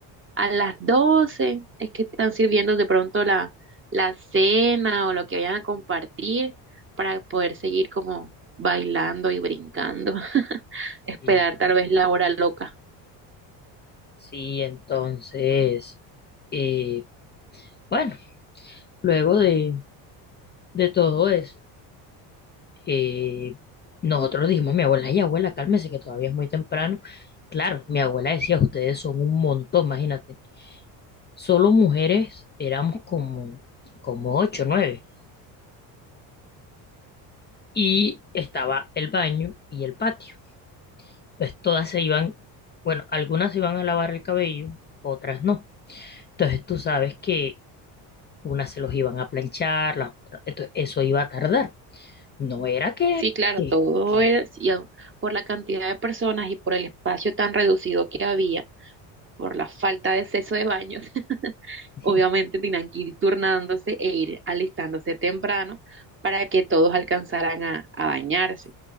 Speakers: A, on the right; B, on the left.
A: A las 12 es que están sirviendo de pronto la, la cena o lo que vayan a compartir para poder seguir como bailando y brincando. <laughs> Esperar
B: sí,
A: tal vez la hora loca.
B: sí, entonces, eh, bueno, luego de, de todo eso, eh, nosotros dijimos, mi abuela, y abuela, cálmese que todavía es muy temprano. Claro, mi abuela decía, ustedes son un montón, imagínate. solo mujeres éramos como, como ocho, nueve. Y estaba el baño y el patio. Entonces todas se iban, bueno, algunas se iban a lavar el cabello, otras no. Entonces tú sabes que unas se los iban a planchar, las otras, entonces eso iba a tardar. No era que,
A: Sí, claro,
B: que,
A: todo
B: que.
A: es y, ah, por la cantidad de personas y por el espacio tan reducido que había por la falta de acceso de baños, <laughs>
B: <laughs>
A: obviamente tenían que ir turnándose e ir alistándose temprano para que todos alcanzaran a, a bañarse.